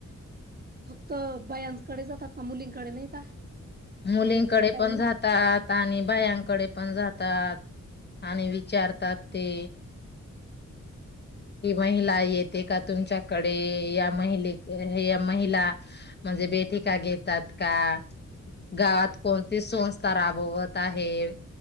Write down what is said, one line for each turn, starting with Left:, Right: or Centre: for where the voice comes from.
Right: फक्त बायांकडे जातात का मुलींकडे नाही का
Left: मुलींकडे
Right: मुलींना काही
Left: पण
Right: नाही
Left: जातात आणि बायांकडे पण जात आणि विचारतात ते हि महिला येते का तुमच्याकडे या महिले या महिला म्हणजे बैटीका घेतात का गावात कोणती संस्थ राबवत आहे